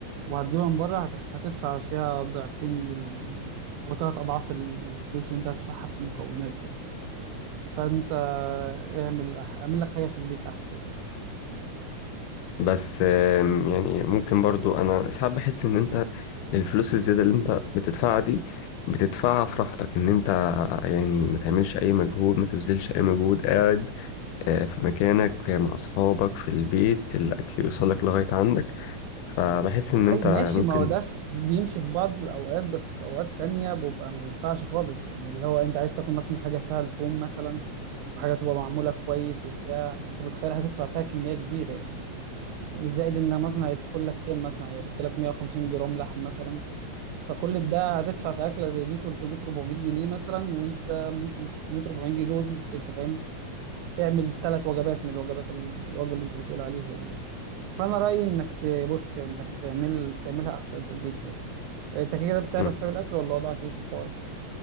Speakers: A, on the right; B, on the left.
A: وهتجيبها من بره هت- هتدفع فيها ضعفين ال... او ثلاث اضعاف الفلوس اللي انت هتدفعها في المكونات يعني فانت اعمل اعمل لك حاجة في البيت احسن يعني.
B: بس آم، يعني ممكن برضو انا ساعات بحس ان انت الفلوس الزياده اللي انت بتدفعها دي بتدفعها في راحتك ان انت يعني ما تعملش اي مجهود ما تبذلش اي مجهود قاعد آه، في مكانك مع اصحابك في البيت الاكل يوصلك لغايه عندك فبحس ان
A: طيب
B: انت
A: ماشي
B: ممكن
A: ما هو ده في- بيمشي في بعض الأوقات بس في أوقات تانية بيبقى ما ينفعش خالص يعني اللي هو أنت عايز تاكل مثلا حاجة فيها لحوم مثلا وحاجة تبقى معمولة كويس وبتاع أنت متخيل هتدفع فيها كمية كبيرة يعني زائد إن مثلا هيدخل لك كام مثلا هيحط لك 150 جرام لحم مثلا فكل ده هتدفع في أكلة زي دي 300 400 جنيه مثلا وأنت ممكن ب 300 400 جنيه دول أنت فاهم تعمل ثلاث وجبات من الوجبات الوجبة اللي أنت بتقول عليها دي يعني. فأنا رأيي إنك تبص يعني إنك تعمل تعملها أحسن في البيت يعني انت كده بتعرف
B: مم.
A: تعمل اكل ولا وضعك ايه في الحوار